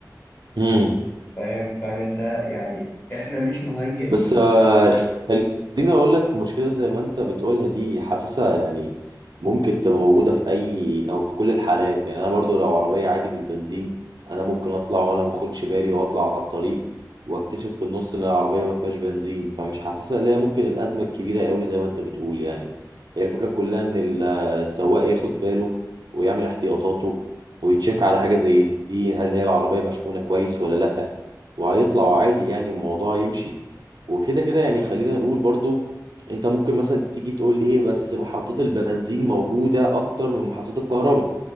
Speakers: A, on the right (about 75°); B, on the left (about 30°).
A: امم
B: فاهم فاهم انت يعني احنا مش مهيئين
A: بس آه، خليني اقول لك مشكله زي ما انت بتقولها دي حاسسها يعني ممكن تبقى موجوده في اي او في كل الحالات يعني انا برضو لو عربيه عادي بالبنزين انا ممكن اطلع وانا ما باخدش بالي واطلع على الطريق واكتشف في النص ان العربيه ما فيهاش بنزين فمش حاسسها اللي هي ممكن الازمه الكبيره قوي زي ما انت بتقول يعني هي الفكره كلها ان ال- آه، السواق ياخد باله ويعمل احتياطاته ويتشيك على حاجه زي دي هل هي العربيه مشحونه كويس ولا لا وهيطلع عادي يعني الموضوع يمشي وكده كده يعني خلينا نقول برضو انت ممكن مثلا تيجي تقول لي ايه بس محطة البنزين موجودة اكتر من محطة الكهرباء